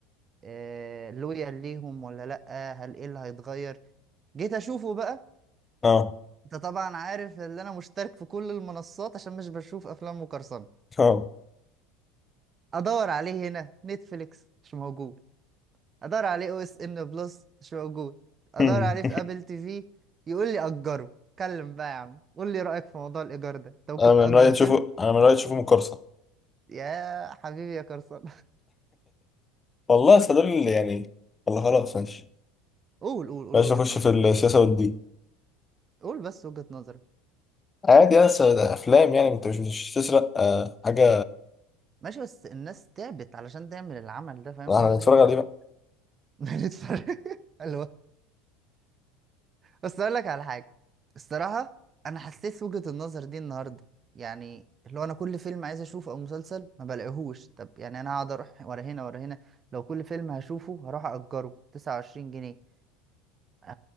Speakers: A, on the right; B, on the left.
A: آه، لويال ليهم ولا لأ هل ايه اللي هيتغير جيت اشوفه بقى
B: آه
A: انت طبعا عارف ان انا مشترك في كل المنصات عشان مش بشوف افلام مقرصنة
B: آه
A: ادور عليه هنا نتفليكس مش موجود ادور عليه او اس ان بلس مش موجود ادور
B: مم.
A: عليه في ابل تي في يقول لي اجره اتكلم بقى يا عم قول لي رايك في موضوع الايجار ده انت ممكن
B: <laughs> أنا من
A: تاجر
B: رأيي
A: فيلم
B: تشوفه أنا من رأيي تشوفه مقرصة
A: يا حبيبي يا قرصان <laughs>
B: والله أصل دول اللي يعني والله خلاص ماشي
A: قول قول قول
B: بلاش
A: وجهة
B: نخش
A: نظرك
B: في السياسة والدين
A: قول بس وجهة نظرك
B: عادي يا أصل ده أفلام يعني أنت مش مش تسرق آه، حاجة
A: ماشي بس الناس تعبت علشان تعمل العمل ده فاهم
B: إحنا
A: قصدي
B: هنتفرج عليه بقى
A: <laughs> بنتفرج حلو بس اقول لك على حاجه الصراحه انا حسيت وجهه النظر دي النهارده يعني اللي هو انا كل فيلم عايز اشوفه او مسلسل ما بلاقيهوش طب يعني انا هقعد اروح ورا هنا ورا هنا لو كل فيلم هشوفه هروح اجره 29 جنيه ه...